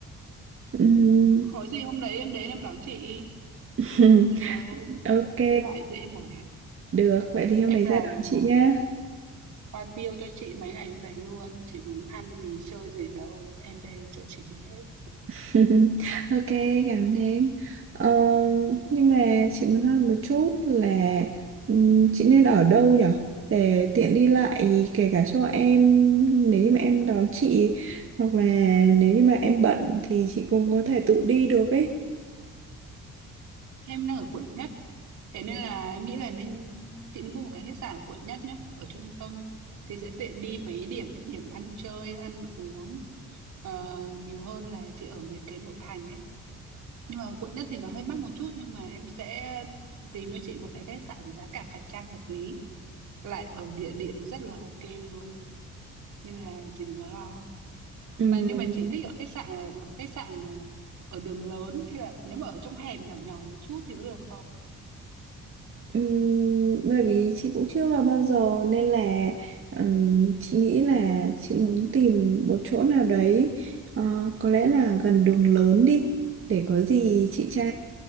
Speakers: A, on the right; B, on the right.
A: Ừm,
B: có gì hôm đấy em đến em đón chị
A: <laughs>
B: có gì đâu
A: Ok,
B: đi lại dễ mà
A: được. Vậy thì hôm
B: em
A: đấy
B: làm
A: ra đón chị
B: ờ,
A: nhá.
B: Hoa tiêu cho chị mấy ngày hôm đấy luôn. Chị muốn ăn gì chơi gì ở đâu. Em đây chở chị đi hết.
A: <laughs> Ok, cảm ơn em. Ờ, nhưng mà chị muốn hỏi một chút là ừm, chị nên ở đâu nhở? Để tiện đi lại kể cả cho em nếu như mà em đón chị hoặc là nếu như mà em bận thì chị cũng có thể tự đi được ấy.
B: Em đang ở quận nhất. Thế nên là em nghĩ là nên chị nên book một cái khách sạn ở quận nhất nhé. Ở trung tâm thì sẽ tiện đi mấy điểm điểm ăn chơi, ăn uống ờ, nhiều hơn là chị ở mấy cái nội thành ấy. Nhưng mà quận nhất thì nó hơi mắc một chút nhưng mà em sẽ tìm cho chị một cái khách sạn giá cả phải chăng hợp lý. Lại ở địa điểm rất là ok luôn. Nên là chị đừng có lo.
A: Ừm,
B: mà nhưng mà chị thích ở khách sạn là ở khách sạn à, ở đường lớn hay là nếu mà ở trong hẻm nhỏ nhỏ một chút thì có được không
A: Ừm, bởi vì chị cũng chưa vào bao giờ nên là ừm, chị nghĩ là chị muốn tìm một chỗ nào đấy ờ, có lẽ là gần đường lớn đi để có gì chị tra